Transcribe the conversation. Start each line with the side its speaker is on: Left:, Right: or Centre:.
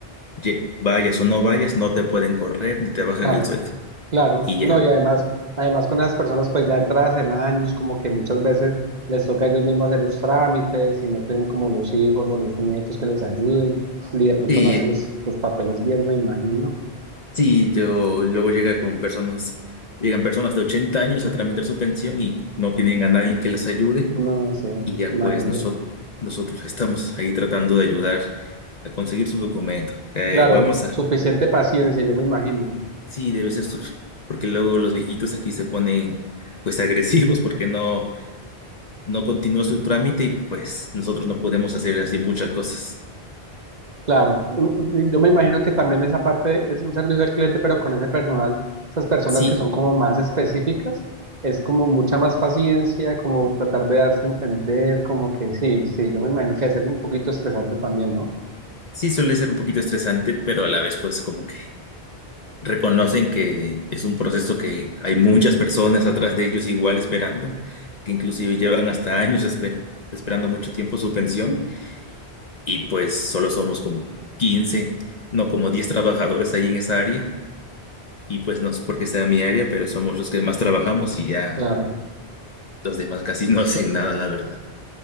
Left: ye- vayas o no vayas, no te pueden correr ni te bajan
Right: claro.
Left: el sueldo.
Right: Claro,
Left: Y ya.
Right: no, y además, además con esas personas pues ya entradas en años, como que muchas veces les toca a ellos mismos hacer los trámites y no tienen como los hijos o los nietos que les ayuden y de pronto
Left: Sí,
Right: no hacen los, los papeles bien, me imagino.
Left: sí, yo luego llega con personas, llegan personas de 80 años a tramitar su pensión y no tienen a nadie que les ayude.
Right: No sé,
Left: Y ya
Right: imagínese.
Left: pues nosotros, nosotros estamos ahí tratando de ayudar a conseguir su documento. que
Right: Claro,
Left: vamos a
Right: suficiente paciencia, yo me imagino.
Left: Sí, debe ser su- porque luego los viejitos aquí se ponen pues agresivos porque no, no continúa su trámite y pues nosotros no podemos hacer así muchas cosas.
Right: Claro, u- u- yo me imagino que también esa parte es un servicio al cliente, pero con ese personal, esas personas
Left: Sí,
Right: que son como más específicas, es como mucha más paciencia, como tratar de darse a entender, como que sí, sí, yo me imagino que debe ser un poquito estresante también, ¿no?
Left: sí suele ser un poquito estresante, pero a la vez pues como que reconocen que es un proceso que hay muchas personas atrás de ellos igual esperando, que inclusive llevan hasta años esper- esperando mucho tiempo su pensión y pues solo somos como 15, no como 10 trabajadores ahí en esa área. Y pues no es porque sea mi área, pero somos los que más trabajamos y ya
Right: Claro.
Left: los demás casi <laughs> no hacen nada, la verdad.